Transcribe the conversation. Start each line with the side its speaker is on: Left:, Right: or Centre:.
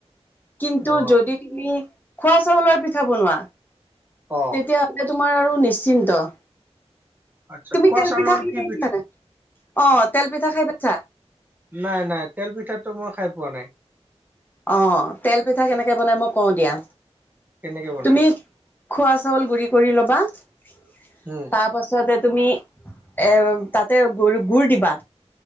Left: কিন্তু
Right: অ
Left: যদি তুমি খোৱা চাউলৰ পিঠা বনোৱা,
Right: অ
Left: তেতিয়া- তেতিয়া তোমাৰ আৰু নিশ্চিন্ত।
Right: আচ্ছা
Left: তুমি
Right: খোৱা
Left: তেল
Right: চাউলৰ
Left: পিঠা খাই
Right: কি
Left: পাইছা
Right: পিঠা
Left: নে নাই, অ তেল পিঠা খাই পাইছা?
Right: নাই নাই তেল পিঠাটো মই খাই পোৱা নাই।
Left: অ তেল পিঠা কেনেকে বনাই মই কওঁ দিয়া।
Right: কেনেকে বনাই
Left: তুমি - খোৱা চাউল গুৰি কৰি ল'বা, তাৰ পাছত-
Right: উম
Left: তাৰ পাছতে তুমি এ তাতে গ গুড় দিবা।